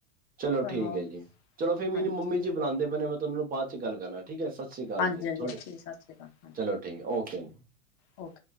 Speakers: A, on the right; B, on the left.
A: ਚਲੋ ਠੀਕ
B: ਆਹੋ।
A: ਹੈ ਜੀ, ਚਲੋ ਫੇਰ
B: ਹਾਂਜੀ
A: ਮੇਰੀ ਮੰਮੀ ਜੀ ਬਲਾਂਦੇ ਪਏ ਨੇ ਮ <unintelligible> ਬਾਅਦ ਚ ਗੱਲ ਕਰਨਾ ਠੀਕ ਹੈ ਸੱਚ ਸਤਿ ਸ੍ਰੀ ਕਾਲ
B: ਹਾਂਜੀ
A: ਜੀ
B: ਹਾਂਜੀ
A: ਥੋੜ੍ਹੀ,
B: ਠੀਕ ਸਤਿ ਸ਼੍ਰੀ ਅਕਾਲ ਹਾਂਜੀ
A: ਚਲੋ ਠੀਕ ਹੈ ਓਕੇ
B: ਓਕੇ।